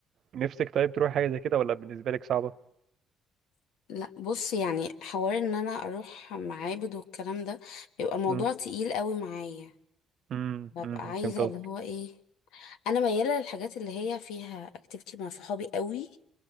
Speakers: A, on the right; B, on the left.
A: نفسك طيب تروحي حاجة زي كده ولا بالنسبة لك صعبة
B: لا بص يعني حوار ان انا اروح معابد والكلام ده بيبقى موضوع
A: امم
B: تقيل قوي معايا
A: امم
B: ببقى
A: أمم،
B: عايزه
A: فهمت قصدك
B: اللي هو ايه انا مياله للحاجات اللي هي فيها اكتيفيتي مع صحابي قوي